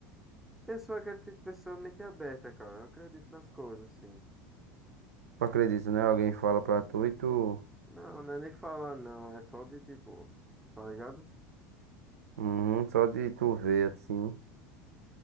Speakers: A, in the centre; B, on the right.
A: eu sou aquele tipo de pessoa mente aberta, cara. Eu acredito nas coisas, assim.
B: Tu acredita, né? Alguém fala pra tu e tu.
A: Não, não é nem falar, não. É só de tipo, tá ligado?
B: Uhum, só de tu ver, assim.